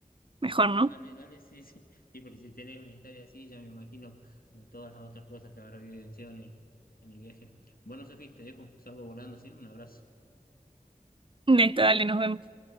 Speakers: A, on the right (about 35°); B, on the left (about 85°).
A: Mejor,
B: Dale,
A: ¿no?
B: dale, sí, sí. Sí, porque si tenés una historia así, ya me imagino lo- todas las otras cosas que habrá vivenciado en el, en el viaje. Bueno, Sofía, te dejo, salgo volando, ¿sí? Un abrazo.
A: Listo, dale, nos vemos.